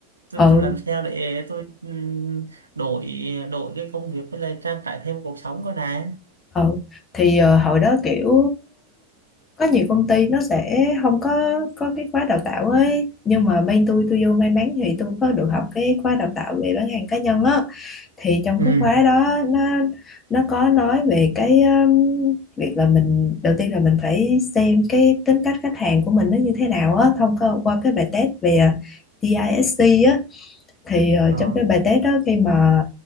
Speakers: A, on the right; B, on the left.
A: tôi
B: ừ
A: tôi làm sale để tôi ừm, đổi đổi cái công việc với lại trang trải thêm cuộc sống của này
B: Ừ. Thì ờ, hồi đó kiểu có nhiều công ty nó sẽ không có có cái khóa đào tạo ấy nhưng mà bên tôi tôi vô may mắn thì tôi có được học cái khóa đào tạo về bán hàng cá nhân á thì trong
A: ừ
B: cái khóa đó nó nó có nói về cái um, việc là mình đầu tiên là mình phải xem cái tính cách khách hàng của mình nó như thế nào á thông qua, qua cái bài test về DISC thì ờ,
A: ờ
B: trong cái bài test đó khi mà